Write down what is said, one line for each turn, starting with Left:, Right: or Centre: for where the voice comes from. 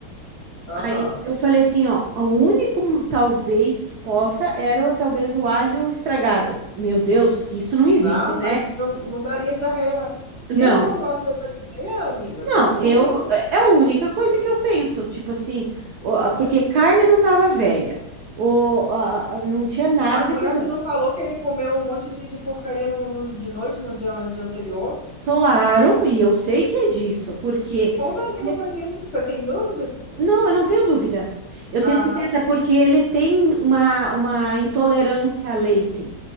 Left: Aham.
Right: Aí eu falei assim, ó, o único hum, talvez que possa era o- talvez o alho estragado. Meu Deus, que isso não existe,
Left: Não,
Right: né?
Left: mas não, não daria diarreia. Desde
Right: Não,
Left: quando olha da diarreia, amiga,
Right: não,
Left: não tem como
Right: eu
Left: não.
Right: é é a única coisa que eu penso, tipo assim, o- a- porque carne não tava velha, o, a- a- não tinha nada
Left: Mas
Right: de
Left: mulher,
Right: problema.
Left: tu não falou que ele comeu um monte de, de porcaria no, no- de noite, no dia, no dia anterior?
Right: Claro, e eu sei que é disso, porque
Left: Com certeza
Right: ele é
Left: foi disso. Você tem dúvida?
Right: Não, eu não tenho dúvida. Eu
Left: Ah,
Right: tenho certeza porque ele tem uma, uma intolerância a leite.